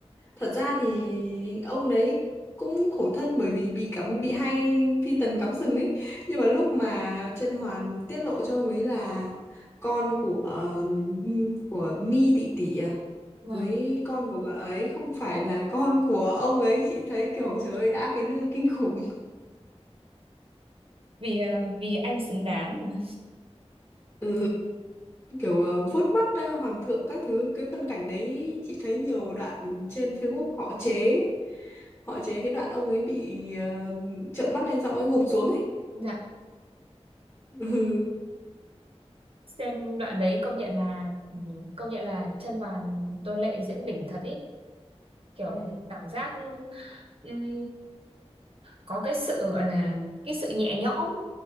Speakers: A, on the left (about 15°); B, on the right (about 55°).
A: thật ra thì ông đấy cũng khổ thân bởi vì bị cắm bị hay phi tần cắm sừng ấy nhưng mà lúc mà Chân Hoàn tiết lộ cho ông ấy là con của ừm, của Mi tỷ tỷ à
B: Vâng,
A: với con của bà ấy không phải là con của ông ấy chị thấy kiểu trời ơi đã cái nư kinh khủng
B: vì ờ, vì anh xứng đáng mà. <laughs>
A: ừ kiểu ờ, vuốt mắt ờ, hoàng thượng các thứ cái phân cảnh đấy chị thấy nhiều đoạn trên Facebook họ chế họ chế cái đoạn ông ấy bị ờ, trợn mắt lên xong ông ấy gục xuống ấy
B: Dạ.
A: ừ.
B: Xem đoạn đấy công nhận là ừ, công nhận là Chân Hoàn Tôn Lệ diễn đỉnh thật ý kiểu
A: Ừ.
B: cảm giác Ừm, có cái sự gọi là cái sự nhẹ nhõm